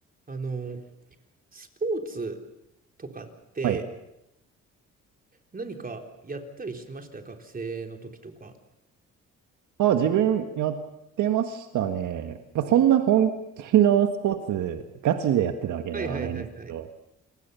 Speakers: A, on the right; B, on the right.
A: あの、スポーツとかって
B: はい。
A: 何かやったりしてました学生の時とか。
B: あ、自分やってましたね。まあ、そんな本気のスポーツ、
A: あ
B: ガチでやってたわけではないんですけど。
A: はいはいはいはい。